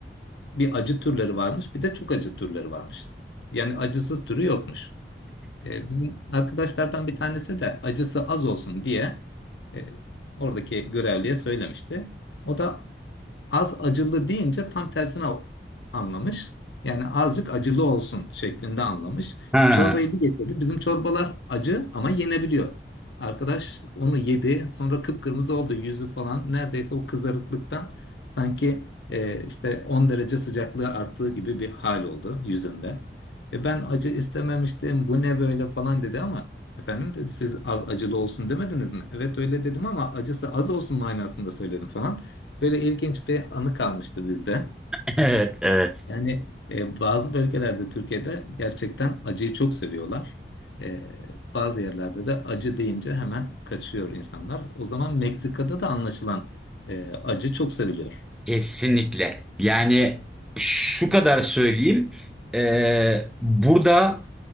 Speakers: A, on the left; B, in the centre.
A: bir acı türleri varmış, bir de çok acı türleri varmış. Yani acısız türü yokmuş. Ee, bizim arkadaşlardan bir tanesi de acısı az olsun diye e, oradaki görevliye söylemişti. O da Az acılı deyince tam tersine anlamış. Yani azıcık acılı olsun şeklinde anlamış.
B: Ha,
A: Çorbayı bir getirdi. Bizim çorbalar acı ama yenebiliyor. Arkadaş onu yedi. Sonra kıpkırmızı oldu yüzü falan. Neredeyse o kızarıklıktan sanki e, işte 10 derece sıcaklığı arttığı gibi bir hal oldu yüzünde. E ben acı istememiştim. Bu ne böyle falan dedi ama efendim dedi siz az acılı olsun demediniz mi? Evet öyle dedim ama acısı az olsun manasında söyledim falan. Böyle ilginç bir anı kalmıştı bizde.
B: <laughs> evet, evet.
A: Yani e, bazı bölgelerde Türkiye'de gerçekten acıyı çok seviyorlar. E, bazı yerlerde de acı deyince hemen kaçıyor insanlar. O zaman Meksika'da da anlaşılan e, acı çok seviliyor.
B: Kesinlikle. Yani şu kadar söyleyeyim. Ee, burada